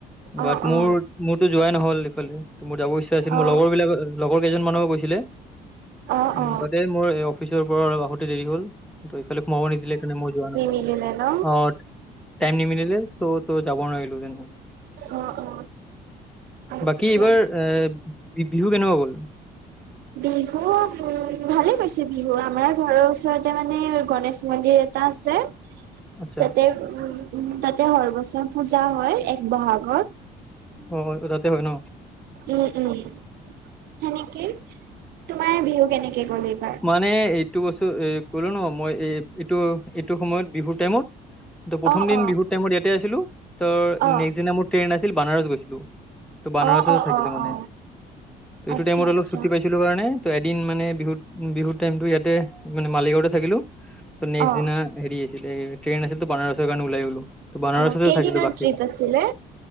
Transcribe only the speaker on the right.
অ
অ
অ
অ
অ
নিদিলে ন?
অ অ আচ্ছা
বিহু উম ভালে গৈছে বিহু, আমাৰ ঘৰৰ ওচৰতে মানে গনেশ মন্দিৰ তা আছে।
তাতে উম তাতে সৰ বছৰ পূজা হয় এক বহাগত।
উম-উম সেনেকেই, তোমাৰ বিহু কেনেকে গ'ল এইবাৰ?
অ
অ
অ
অ অ
অ
অ
আচ্ছা
আচ্ছা
অ
অ কেইদিনৰ
ট্ৰিপ আছিলে